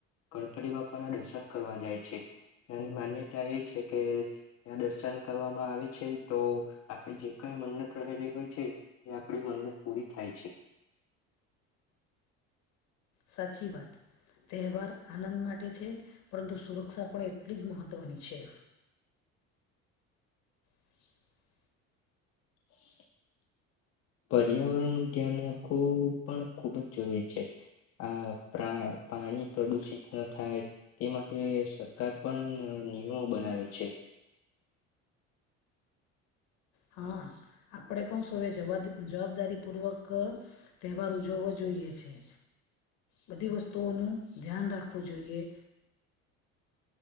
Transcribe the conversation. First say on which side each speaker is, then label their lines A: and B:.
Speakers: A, on the left; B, on the left.
A: ગણપતિ બાપાના દર્શન કરવા જાય છે. તેની માન્યતા એ છે કે ત્યાં દર્શન કરવામાં આવે છે, તો આપણે જે કંઈ મન્નત કરેલી હોય છે તે આપણી મન્નત પૂરી થાય છે.
B: સાચી વાત. તહેવાર આનંદ માટે છે, પરંતુ સુરક્ષા પણ એટલી જ મહત્વની છે. <inaudible>
A: <inaudible> પર્યાવરણ નું ધ્યાન રાખવું પણ ખુબ જ જરૂરી છે. આ પ્રા પાણી પ્રદુષિત ન થાય તે માટે સરકાર પણ નિયો બનાવે છે.
B: હા. આપણે પણ શુંવે જવાદ જવાબદારી પૂર્વક તહેવાર ઉજવવો જોઈએ છે. બધી વસ્તુઓનું ધ્યાન રાખવું જોઈએ.